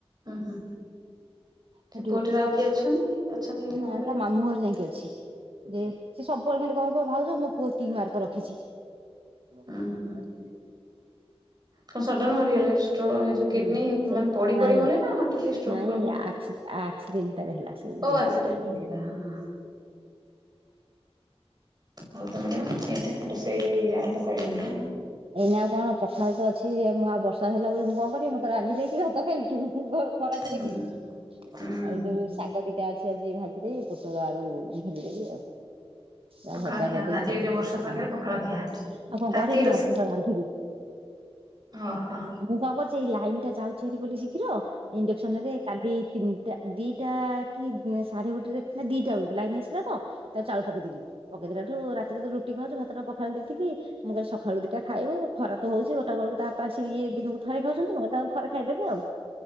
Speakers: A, on the right; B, on the right.
A: ଉଁ ହୁଁ।
B: ସେଠୁ
A: ସେ ପୁଅଟିର ଆଉ କିଏ ଅଛନ୍ତି ଅଛନ୍ତି
B: ନା
A: ଘର
B: ତା
A: ଲୋକ?
B: ମାମୁଁ ଘର ଯାଇକି ଅଛି ଯେ ସିଏ ସବୁବେଳେ ଖାଲି କହିବ ଭାଉଜ ମୋ ପୁଅ ଏତିିକି ମାର୍କ ରଖିଛି।
A: ଉଁ
B: <inaudible>
A: ହୁଁ କଣ ସଡ଼ନ ମରିଗଲେ? ଷ୍ଟ୍ରୋ ଯୋଉ କିଡନୀ
B: ହୁଁ ସେଇ
A: ମାନେ ପଡି
B: ନାଇଁ
A: ପଡି ମଲେ ନା ହଠାତ୍ ଷ୍ଟ୍ରୋକ
B: ନାଇଁ
A: ଫ୍ରୋକ ହେଲା?
B: ଆକ୍ସିଡେଣ୍ଟ ତାର ହେଲା ସେଇ
A: ଓ
B: ଯୋଉ
A: ଆକ୍ସିଡେଣ୍ଟ
B: ଦିଅରର।
A: ହେଇଗଲା ହଁ ହଉ ତ ମ୍ୟାଡ଼ାମ ଏନା ରୋଷେଇ ଆରମ୍ଭ କରିନ ନା?
B: ଏଇନା ଆଉ କଣ ପଖାଳ ତ ଅଛି ଆଉ ମୁଁ ବର୍ଷା ହେଲା ବୋଲି ମୁଁ କଣ କରିବି ମୁଁ ତ ରାନ୍ଧି ଦେଇଛିି ଭାତ ଖାଇବି। ଖରାକୁ
A: ଉଁ
B: ଦେଖିକରି
A: ହୁଁ
B: ଏଇ ଯୋଉ ଶାଗ ଟା ଅଛି ଆଜି ଭାଜିଦେବି ପୋଟଳ ଆଳୁ ଭାଜିଦେବି ଆଉ। ପୁରା
A: ପଖାଳ
B: ଭଜା
A: ଖିଆ ଆଜି ଏଇ
B: କରିଦେଇିକି
A: ଯୋଉ ବର୍ଷା ପାଗରେ
B: ଖାଇଦେବୁ
A: ପଖାଳ ଖିଆ।
B: ହଁ। ମୁଁ କଣ
A: ରାତିକି
B: କରିଛି ଭାତଉରା ରାନ୍ଧିକି?
A: ଓହୋଃ।
B: ମୁଁ କଣ କରୁଛି ଏଇ ଲାଇନ ଟା ଯାଉଛି ଭାରି ବୋଲି ଶୀଘ୍ର ଇଣ୍ଡକ୍ସନ କାଲି ତିନିଟା ଦିଟା କି ସାଢ଼େ ଗୋଟରେ ନା ଦିଟା ବେଳକୁ ଲାଇନ୍ ଆସିଲା ତ ତ ଚାଉଳ ପକେଇଦେଲି ପକେଇ ଦେଲାଠୁ ରାତିରେ ତ ରୁଟି ଖାଉଛୁ ଭାତଟା ପଖାଳ ଦେଇଥିଲି। ମୁଁ କାଲି ସକାଳୁ ଦିଟା ଖାଇବୁ ଖରା ତ ହଉଛି ଗୋଟେ ବେଳକୁ ତା ବାପା ଆସିକି ଇଏ ଥରେ ଖାଉଛନ୍ତି ମୁଁ ତା ଥରେ ଖାଇଦେବି ଆଉ